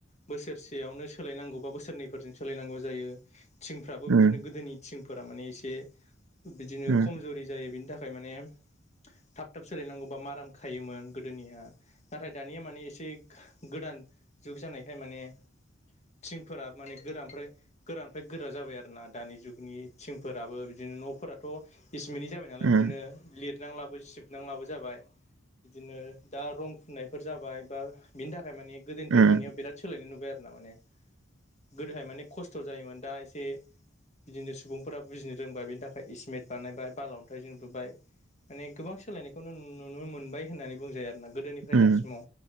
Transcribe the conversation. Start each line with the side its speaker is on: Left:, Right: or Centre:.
Left: बोसोरसेयावनो सोलायनांगौ बा बोसोरनैफोरजों सोलायनांगौ जायो थिंफ्राबो बिदिनो
Right: उम
Left: गोदोनि थिंफोर रा माने एसे बिदिनो
Right: उम
Left: खमजुरि जायो बिनि थाखाय माने थाब थाब सोलायनांगौबा माराम खायोमोन गोदोनिया नाथाय दानिया माने एसे गोदान जुग जानायखाय माने। थिंफोराबो माने गोरानफ्राय गोरानिफ्राय गोरा जाबाय आरो ना दानि जुगनि थिंफोराबो बिदिनो। बिदिनो न'फोराथ' इसमिनि जाबाय नालाय
Right: उम
Left: बिदिनो लिरनां लाबो सिबनांलाबो जाबाय। बिदिनो दा रं फुननायफोर जाबाय बा बिनि थाखाय माने गोदोनिफ्राय
Right: उम
Left: दानिआव बिराद सोलायनाय नुबाय। बाय आरो ना माने गोदोहाय माने खस्थ' जायोमोन दा एसे। बिदिनो सुबुंफोरा बुजिनो रोंबा बेनि थाखाय इसमेट। बानायबाय बाला अन्थाइजों लुबाय माने गोबां सोलायनायखौ नुनो मोनबाय होननानै बुंजायो आरो। गोदोनिफ्राय
Right: उम
Left: दासिमाव।